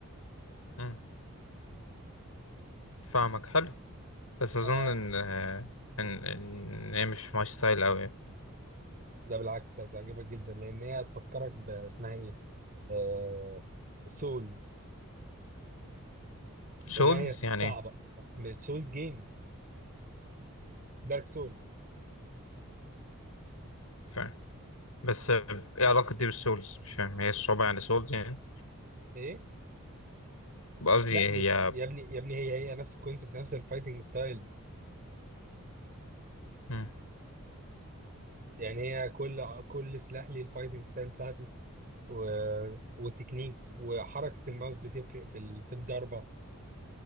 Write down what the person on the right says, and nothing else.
انا
ده بالعكس هتعجبك جدا لان هي هتفكرك ب- اسمها ايه آه... سولز
لانها هي صعبه
سولز جيمز دارك سولز
ايه
لا مش
يا ابني يا ابني هي هي نفس الكونسيبت نفس الفايتنج ستايلز
يعني هي كل كل سلاح ليه الفايتنج ستايل بتاعتي و... وتكنيكس وحركه الماوس بتفرق في ال... في الضربه